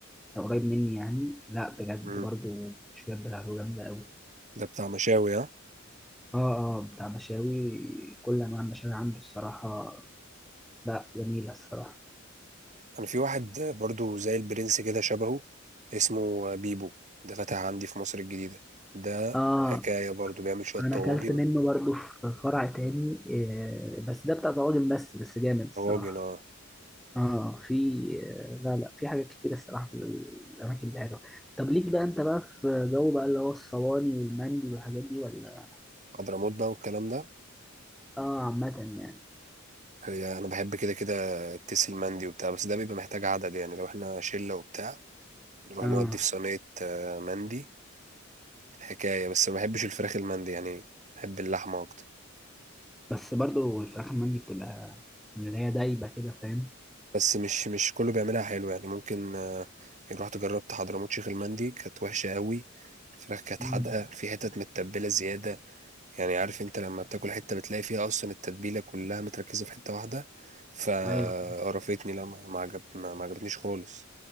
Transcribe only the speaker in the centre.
لو قريب مني يعني لأ بجد
برضه الشباب بتاعته جامدة أوي
اه اه بتاع مشاوي كل أنواع المشاوي عنده الصراحة لأ جميلة الصراحة
اه
انا
اكلت منه برضو في فرع تاني آه، بس ده بتاع طواجن بس بس جامد الصراحه
اه في لا لا في حاجات كتير الصراحه في الاماكن دي حلوه طب ليك بقى انت بقى في جو بقى اللي هو الصواني والمندي والحاجات دي ولا
اه عامه يعني
اه
بس برضو الفراخ المندي بتبقى من اللي هي دايبه كده فاهم
مم.
ايوه